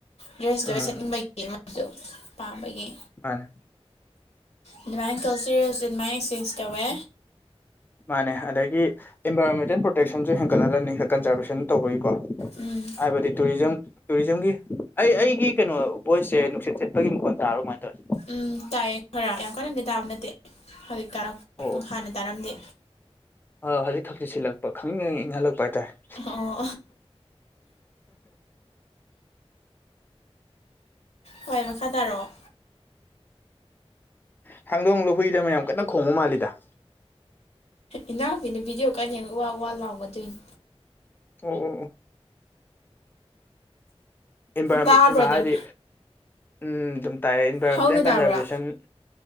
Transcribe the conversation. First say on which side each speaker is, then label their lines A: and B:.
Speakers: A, on the left (about 75°); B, on the left (about 20°).
A: ꯗ꯭ꯔꯦꯁꯇꯣ
B: ꯎꯝ
A: ꯁꯦꯠꯅꯤꯡꯕꯒꯤ ꯃꯣꯏꯁꯨ ꯄꯥꯝꯕꯒꯤ
B: ꯃꯥꯏ
A: ꯑꯗꯨꯃꯥꯏꯅ ꯀꯜꯆꯔꯔꯦꯁꯁꯨ ꯑꯗꯨꯃꯥꯏ ꯑꯦꯛꯆꯦꯟꯖ ꯇꯧꯋꯦ
B: ꯃꯥꯅꯦ ꯑꯗꯒꯤ ꯑꯦꯟꯚꯥꯏꯔꯣꯟꯃꯦꯟꯇꯦꯜ ꯄ꯭ꯔꯣꯇꯦꯛꯁꯟꯖꯨ ꯍꯦꯟꯒꯠꯍꯜꯂꯅꯤ ꯀꯟꯖꯥꯔꯕꯦꯁꯟ ꯇꯧꯕꯒꯤꯀꯣ
A: ꯎꯝ
B: ꯍꯥꯏꯕꯗꯤ ꯇꯨꯔꯤꯖꯝ ꯇꯨꯔꯤꯖꯝꯒꯤ ꯑꯩ ꯑꯩꯒꯤ ꯀꯩꯅꯣ ꯚꯣꯏꯁꯁꯦ ꯅꯨꯡꯁꯤꯠ ꯁꯤꯠꯄꯒꯤ ꯃꯈꯣꯟ ꯇꯥꯕ꯭ꯔꯥ ꯀꯃꯥꯏ ꯇꯧꯋꯦ
A: ꯎꯝ ꯇꯥꯏꯌꯦ ꯈꯔ ꯌꯥꯝ ꯀꯟꯅꯗꯤ ꯇꯥꯕ ꯅꯠꯇꯦ ꯍꯧꯖꯤꯛ ꯇꯥꯔꯛꯄ
B: ꯑꯣ
A: ꯍꯥꯟꯅ ꯇꯥꯔꯝꯗꯦ
B: ꯑ ꯍꯧꯖꯤꯛ ꯈꯪꯁꯤꯠ ꯁꯤꯠꯂꯛꯄ ꯈꯪꯅꯤꯡ ꯍꯦꯛ ꯏꯪꯍꯜꯂꯛꯄ ꯍꯥꯏꯇꯥꯔꯦ <inaudible>
A: ꯑꯣ ꯍꯣꯏ ꯃꯈꯥ ꯇꯥꯔꯛꯑꯣ
B: ꯍꯥꯡꯗꯣꯡꯂꯣ ꯍꯨꯏꯔ ꯑꯃ ꯌꯥꯝ ꯀꯟꯅ ꯈꯣꯡꯕ ꯃꯥꯜꯂꯤꯗ
A: ꯏꯅꯥꯎꯄꯤꯅ ꯚꯤꯗꯤꯑꯣ ꯀꯟꯅ ꯌꯦꯡ ꯎꯋꯥ ꯎꯋꯥ ꯂꯥꯎꯕ ꯑꯗꯨꯏꯅꯤ
B: ꯑꯣ ꯑꯣ ꯑꯣ ꯏꯟꯚꯥꯏꯔꯣꯝꯃꯦꯟ
A: ꯇꯥꯕ꯭ꯔꯥ
B: ꯍꯥꯏꯗꯤ
A: ꯑꯗꯨꯝ
B: ꯎꯝ ꯑꯗꯨꯝ ꯇꯥꯏꯌꯦ ꯏꯟꯚꯥꯏꯔꯣꯟꯃꯦꯟꯇꯦꯜ
A: ꯍꯧꯅ
B: ꯀꯟꯖꯥꯔꯕꯦꯁꯟ
A: ꯇꯥꯕ꯭ꯔꯥ